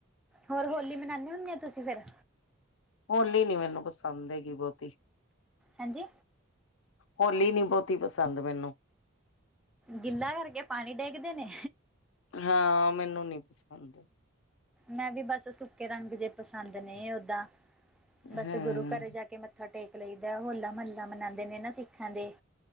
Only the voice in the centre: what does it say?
ਹੋਰ ਹੋਲੀ ਮਨਾਉਂਦੇ ਹੁੰਦੇ ਹੋ ਤੁਸੀਂ ਫਿਰ
ਹਾਂਜੀ
ਗਿੱਲਾ ਕਰਕੇ ਪਾਣੀ ਡੇਕਦੇ ਨੇ
ਮੈਂ ਵੀ ਬਸ ਸੁੱਕੇ ਰੰਗ ਜੇ ਪਸੰਦ ਨਹੀਂ ਓਦਾਾਂ ਬਸ
ਗੁਰੂ ਘਰੇ ਜਾ ਕੇ ਮ ਮੱਥਾ ਟੇਕ ਲਈਦਾ ਹੋਲਾ ਮਹੱਲਾ ਮਨਾਉਂਦੇ ਨੇ ਨਾ ਸਿੱਖਾਂ ਦੇ